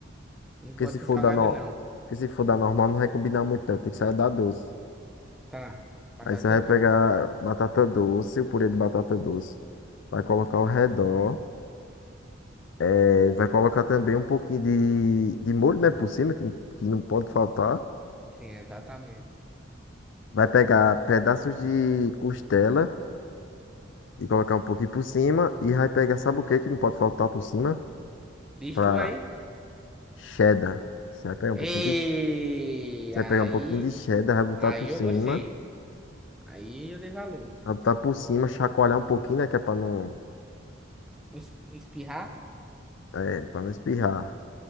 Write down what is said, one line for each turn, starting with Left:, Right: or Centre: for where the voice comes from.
Centre: Não
Left: Porque
Centre: pode
Left: se for
Centre: ser salgada,
Left: da, no...
Centre: não.
Left: Porque se for da normal, não vai combinar muito, não. Tem que sair da doce.
Centre: Tá. Batata
Left: Aí você vai
Centre: doce.
Left: pegar batata doce, o purê de batata doce. Vai colocar ao redor. É, vai colocar também um pouquinho de, de molho, né, por cima, que, que não pode faltar.
Centre: Sim, exatamente.
Left: Vai pegar pedaços de costela e colocar um pouquinho por cima. E vai pegar, sabe o que que não pode faltar por cima?
Centre: Diz
Left: Pra
Centre: tu aí.
Left: cheddar. Você vai pegar um
Centre: Ei,
Left: pouquinho de, você vai
Centre: aí.
Left: pegar um pouquinho de cheddar, vai botar
Centre: Aí
Left: por cima.
Centre: eu gostei. Aí eu dei valor.
Left: Vai botar por cima, chacoalhar um pouquinho, né, que é pra não
Centre: Es- Espirrar?
Left: É, pra não espirrar.